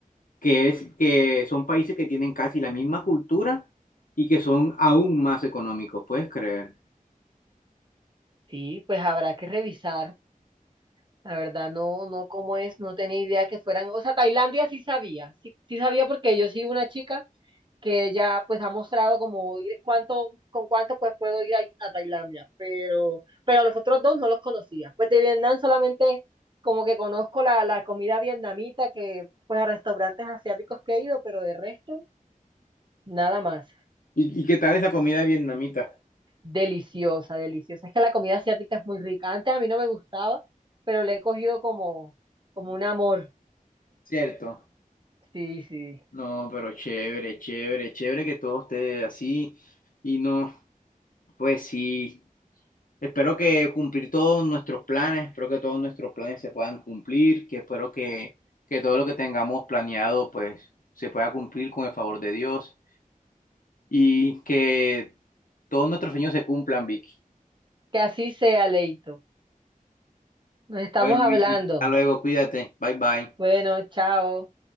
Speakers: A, on the left (about 70°); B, on the right (about 35°).
A: que es que son países que tienen casi la misma cultura y que son aún más económicos, ¿puedes creer?
B: Sí, pues habrá que revisar, la verdad no, no cómo es, no tenía idea que fueran, o sea, Tailandia sí sabía, sí, sí sabía porque yo sí una chica que ella pues ha mostrado como ir, cuánto, con cuánto pues puedo ir a, a Tailandia, pero, pero los otros dos no los conocía. Pues de Vietnam solamente como que conozco la, la comida vietnamita que pues a restaurantes asiáticos que he ido, pero de resto, nada más.
A: ¿Y, y qué tal esa comida vietnamita?
B: Deliciosa, deliciosa. Es que la comida asiática es muy rica. Antes a mí no me gustaba, pero le he cogido como, como un amor.
A: Cierto.
B: Sí, sí.
A: No, pero chévere, chévere, chévere que todo esté así y no, pues sí. Espero que cumplir todos nuestros planes, espero que todos nuestros planes se puedan cumplir, que espero que, que todo lo que tengamos planeado pues se pueda cumplir con el favor de Dios y que todos nuestros sueños se cumplan, Vicky.
B: Que así sea, Leito. Nos estamos
A: Bueno,
B: hablando.
A: Vicky, hasta luego, cuídate. Bye bye.
B: Bueno, chao.